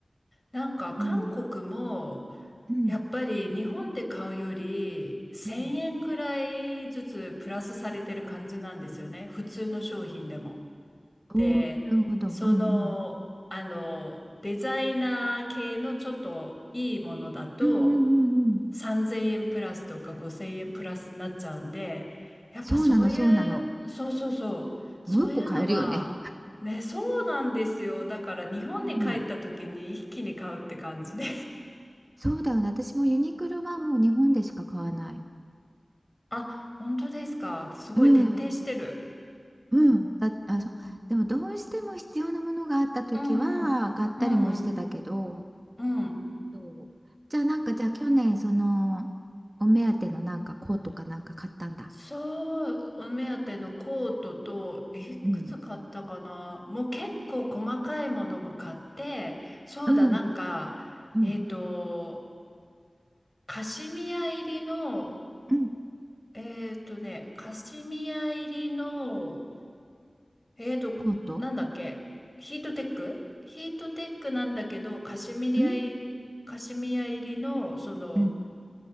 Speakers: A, on the left (about 20°); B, on the right (about 30°).
A: う。なんか韓国も
B: うん。うん。
A: やっぱり日本で買うより1000円ぐらいずつプラスされてる感じなんですよね。
B: うん。
A: 普通の商品でも。
B: おお、
A: で、
B: なるほど。
A: その、
B: うんうん。
A: あの、デザイナー系のちょっといいものだと、
B: うんうんうんうん。
A: 3000円プラスとか5000円プラスになっちゃうんで、やっぱそういう、
B: そうなの、そうなの。
A: そうそうそう、そういうのは、
B: もう一個買えるよね。
A: ね、そうなんですよ。だから日本に帰った時に一気に買うって感じで。
B: うん。そうだよね。私もユニクロはもう日本でしか買わない。
A: <laughs> あ、本当ですか。すごい徹底してる。
B: うん。うん。だ、あ、そう。
A: うん
B: でもどうしても必要なものがあった時は買ったりもしてたけど、
A: うんうん。うんうんうん。
B: そう。じゃあなんかじゃあ去年そのお目当てのなんかコートかなんか買ったんだ。
A: そう、お目当てのコートと、いくつ買ったかなもう結構細かいものも買って、
B: うん。
A: そうだ、
B: うん。
A: なんか、
B: うん。
A: えっと、カシミヤ入りの、
B: うん
A: えーっとね、カシミヤ入りの、えーっと、
B: コート
A: なんだっけ、ヒートテックヒートテックなんだけど、カシミヤ入、
B: うーん。
A: カシミヤ入りの、その、
B: うん。